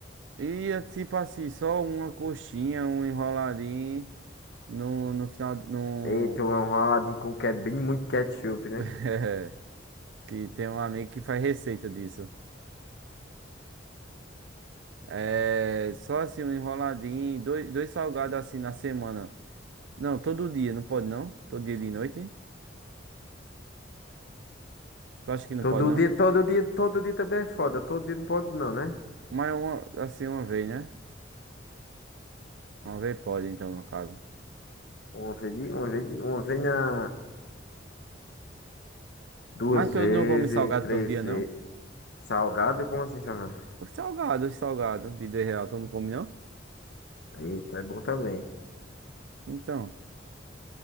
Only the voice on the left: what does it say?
Eita, um raladinho com que é bem muito ketchup,
né?
Todo
dia, todo dia, todo dia também é foda. Todo dia não pode, não, né?
Uma vez, de- uma vez, de- uma vez na. Duas
vezes,
três
vezes.
Salgado? Como assim salgado?
Eita, é bom também.